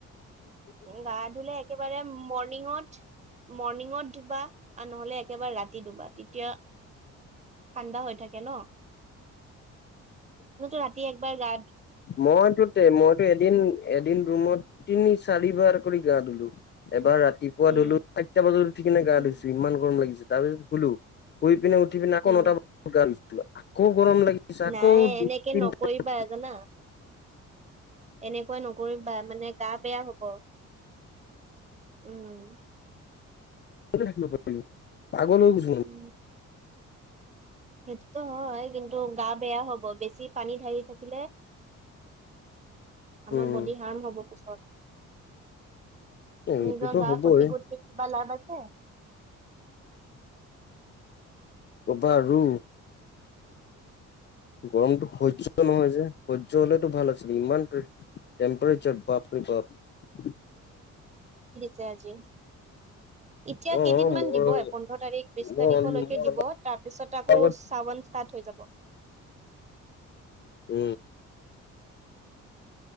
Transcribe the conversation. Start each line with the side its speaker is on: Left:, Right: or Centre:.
Right: গা ধুলে একেবাৰে মৰ্ণিঙত। মৰ্ণিঙত ধুবা আৰু নহলে একেবাৰে ৰাতি ধুবা তেতিয়া ঠাণ্ডা হৈ থাকে ন। মোতো ৰাতি একবাৰ ৰা
Left: মইতো তে মইতো এদিন এদিন ৰুমত তিনি চাৰিবাৰ কৰি গা ধুলো, এবাৰ ৰাতিপুৱা
Right: উম
Left: ধুলো চাৰিটা বজাত উঠি কিনে গা
Right: উম
Left: ধুইছো ইমান গৰম লাগিছে। তাৰপিছত শুলো, শুই পিনে উঠি পিনে আকৌ
Right: উম
Left: নটা বজাত গা ধুইছিলো আকৌ গৰম লাগিছে আকৌ
Right: নাই
Left: দুই
Right: এনেকে
Left: তি
Right: নকৰিবা জানা এনেকুৱা নকৰিবা মানে গা বেয়া হ'ব। উম।
Left: থ পাৰ পাগলৈ গুছ
Right: উম সেইটোতো হয় কিন্তু গা বেয়া হ'ব। বেছি পানী ঢালি থাকে। আমাৰ
Left: উম
Right: বডি হাৰ্ম হ'ব পিছত।
Left: এইটোতো
Right: নিজৰ গা
Left: হ'বই
Right: ক্ষতি কৰি কিবা লাভ আছে।
Left: কবা আৰু গৰমটো সহ্য নহয় যে সহ্য হ'লেতো ভাল আছিল ইমান টেম্পাৰেচাৰ বাপৰে বাপ
Right: জয় জি এতিয়া
Left: অ
Right: কেইদিনমান
Left: মই
Right: দিব এ পোন্ধৰ তাৰিখ বিশ
Left: মই
Right: তাৰিখলৈকে
Left: মই
Right: দিব
Left: অলপ
Right: তাৰ পিছত আকৌ
Left: আগত
Right: চাৱন হৈ যাব।
Left: উ